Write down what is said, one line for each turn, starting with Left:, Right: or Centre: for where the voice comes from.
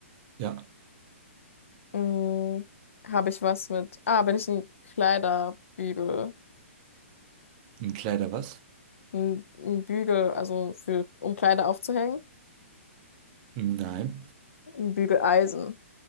Right: Ja.
Left: Mm, habe ich was mit. Ah, bin ich ein Kleiderbügel?
Right: Ein Kleider was?
Left: Ein, ein Bügel, also für, um Kleider aufzuhängen?
Right: Nein.
Left: Ein Bügeleisen.